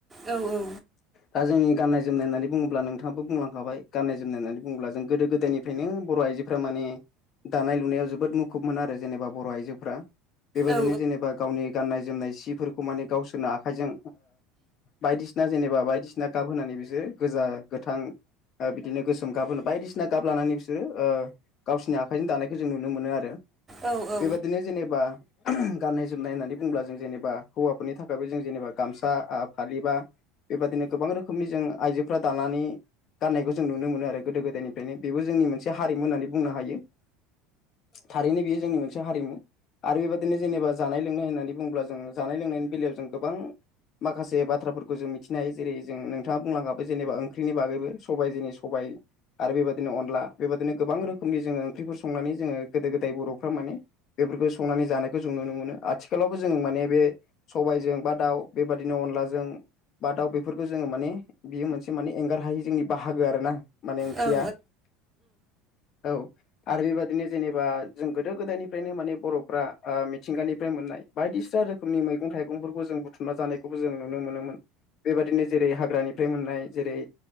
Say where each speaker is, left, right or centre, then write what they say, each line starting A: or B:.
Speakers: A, on the right (about 25°); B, on the left (about 45°).
A: औ औ।
B: दा जोंनि गाननाय जोमनायनानैुङ्ला नोंाङाबो बुंलांखाबाय गाननाय जोमनाय होननानै बुङोब्ला जों गोदो गोदायनिफ्रायनो बर' आइजो फोर्रा माने दानाय लुनायाव जोबोद मुखुब मोनो आरो जेनेबा बर' आइजोफ्रा। बेबायदिनो
A: औ
B: जेनेबा गावनि गाननाय जोमनाय सिफोरखौ माने गावसोरनो आखाइजों बायदिसिना जेनेबा बायदिसिना गाब होनानै बिसोरो गोजा गोथां। बिदिनो गोसोम गाब होनो बायदिसिना गाब लानानै बिसोरो। गावसिोरनि आखाइजों दानायखौ जों नुनो मोनो आरो
A: औ
B: बेबादिनो जेनेबा गाननाय जोमनाय होननानै बुोब्ला जों जेनेबा हौवाफोरनि थाखायबो जों जेनेबा गामसा फालिबा। बेबादिनो गोबां रोखोमनि जों आइजोफ्रा दानानै गाननायखौ जों नुनो मोनो आरो गोदो गोदायनिफ्रायनो बेबो जोंनि मोनसे हारिमु होननानै बुंनो हायो। थारैनो बेयो जोंनि मोनसे हारिमु आरो बेबादि बिदिनो जेनेबा जानाय लोंनाय होननानै बुंङोब्ला जों जानाय लोंनायनि बेलायाव जों गोबां माखासे बाथ्राफोरखौ जों मिथिनायायो जेरै जों नोंथाङा बुंलांङाबो जेनेबा ओंख्रिनि बागैबो सबाय जोंनि सबाय आरो बेबायदिनो अनला बेबायदिनो गोबां रोखोमनि जोङो ओंख्रिफोर संनानै जोङो गोदो गोदाय बर'फ्रा माने बेफोरखौ संनानै जानाय जों नुनो मोनो आथिखालावबो जों माने बे सबायजों बा दाउ बेबादिनो अनलाजों। बा दाउ बेफोरखौ जोङो माने बियो मोनसे माने एंगार हायि जोंनि बाहागो आरो ना? माने ओंख्रिया
A: औ
B: औ आरो बेबादिनो जेनेबा जों गोदो गोदायनिफ्रायनो माने बर'फ्रा। मिथिंगानिफ्राय मोननाय बायदिसिना रोखोमनि मैगं थाइगंफोरखौ जों बुथुमना जानायखौबो जों नुनो मोनोमोन। बेबादिनो जेरै हाग्रानिफ्राय मोननाय जेरै